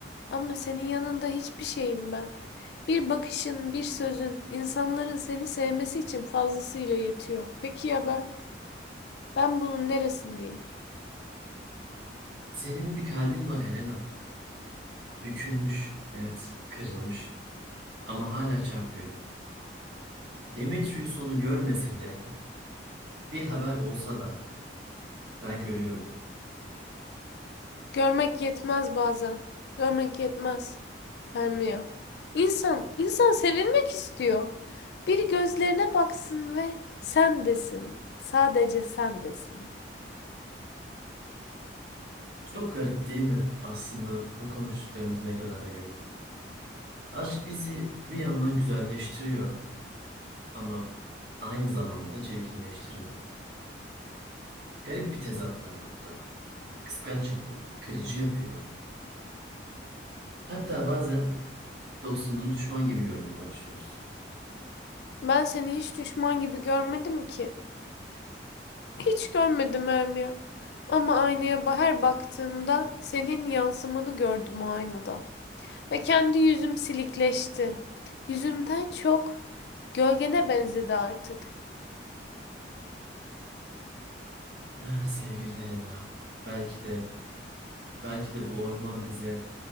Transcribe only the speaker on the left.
Ama senin yanında hiçbir şeyim ben. Bir bakışın, bir sözün, insanların seni sevmesi için fazlasıyla yetiyor. Peki ya ben? Ben bunun neresindeyim?
Görmek yetmez bazen. Görmek yetmez. Hermia. İnsan, insan sevilmek istiyor. Biri gözlerine baksın ve sen desin. Sadece sen desin.
Ben seni hiç düşman gibi görmedim ki. Hiç görmedim Hermia. Ama aynaya ba- her baktığımda senin yansımanı gördüm o aynada. Ve kendi yüzüm silikleşti. Yüzümden çok gölgene benzedi artık.